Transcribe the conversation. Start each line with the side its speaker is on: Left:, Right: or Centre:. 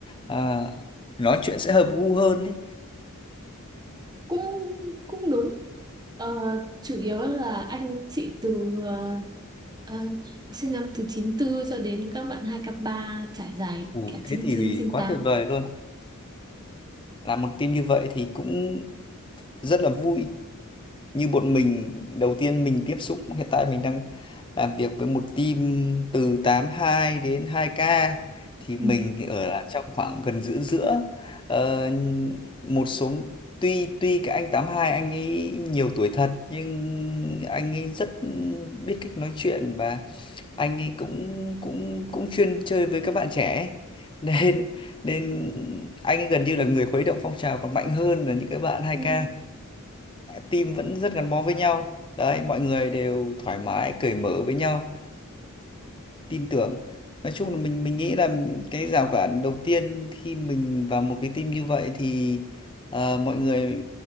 Left: à, nói chuyện sẽ hợp gu hơn ấy.
Right: cũng cũng đúng ờ, chủ yếu là anh chị từ ờ, ờ, sinh năm từ 94 cho đến các bạn hai k ba trải dài
Left: Ồ,
Right: cả
Left: thế
Right: chín
Left: thì
Right: 98
Left: quá tuyệt vời luôn. Làm một team như vậy thì cũng rất là vui. như bọn mình đầu tiên mình tiếp xúc hiện tại mình đang làm việc với một team từ tám hai đến hai k thì mình
Right: Ừ.
Left: ở trong khoảng gần giữa giữa Ờ, một số tuy tuy cái anh tám hai anh ấy nhiều tuổi thật nhưng anh ấy rất biết cách nói chuyện và anh ấy cũng cũng cũng chuyên chơi với các bạn trẻ <laughs> ấy. nên nên anh ấy gần như là người khuấy động phong trào còn mạnh hơn là những cái bạn hai
Right: Ừ.
Left: k team vẫn rất gắn bó với nhau đấy mọi người đều thoải mái cởi mở với nhau tin tưởng nói chung là mình mình nghĩ là cái rào cản đầu tiên khi mình vào một cái team như vậy thì ờ, mọi người